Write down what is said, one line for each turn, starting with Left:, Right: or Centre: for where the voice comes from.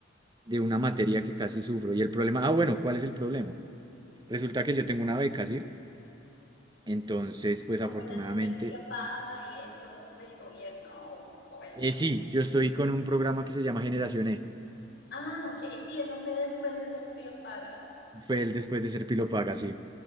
Right: de una materia que casi sufro. Y el problema, ah, bueno, ¿cuál es el problema? Resulta que yo tengo una beca, ¿sí? Entonces, pues
Left: Como
Right: afortunadamente,
Left: las de Serpilo Paga y eso del gobierno. o- o bueno.
Right: eh, sí, yo estoy con un programa que se llama Generación E.
Left: Ah, ok, sí, eso fue después de Serpilo Paga.
Right: Fue el después de ser Pilo paga, sí.